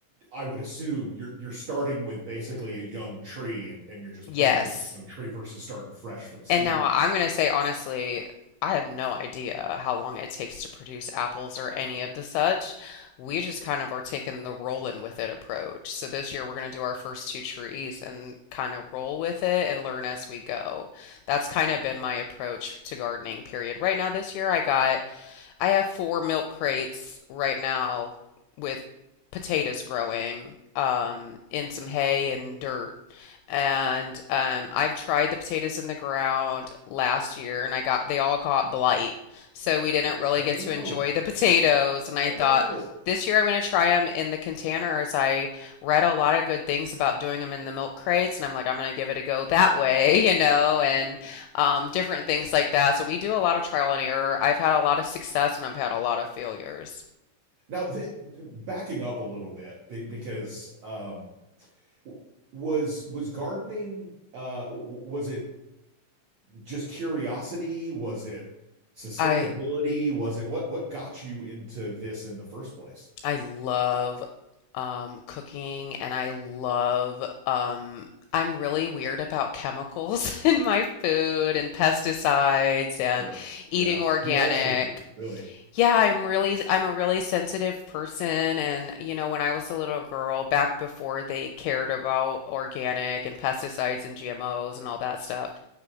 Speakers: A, on the right (about 75°); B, on the left (about 85°).
A: I would assume you're you're starting with basically a young tree and, and you're just
B: Yes.
A: planting a young tree versus starting fresh from seed.
B: And now I'm going to say honestly, I have no idea how long it takes to produce apples or any of the such. We just kind of are taking the rolling with it approach. So this year we're going to do our first two trees and kind of roll with it and learn as we go. That's kind of been my approach to gardening, period. Right now this year I got I have four milk crates right now with potatoes growing um in some hay and dirt. And um, I've tried the potatoes in the ground last year and I got they all got blight. So we didn't really
A: Oh
B: get
A: no.
B: to enjoy the potatoes. And I
A: Oh
B: thought
A: no.
B: this year I'm going to try them in the containers. I read a lot of good things about doing them in the milk crates and I'm like, I'm going to give it a go that way, <laughs> you know, and um, different things like that. So we do a lot of trial and error. I've had a lot of success and I've had a lot of failures.
A: Now, th backing up a little bit be- because um, w- was was gardening uh, w- was it just curiosity? Was it sustainability?
B: I
A: Was it what what got you into this in the first place?
B: I love, um, cooking and I love, um, I'm really weird about chemicals <laughs> in my food and pesticides and
A: Sure.
B: eating
A: Yeah,
B: organic.
A: we all should be, really,
B: Yeah, I'm really I'm a really sensitive person and you know when I was a little girl back before they cared about organic and pesticides and GMOs and all that stuff,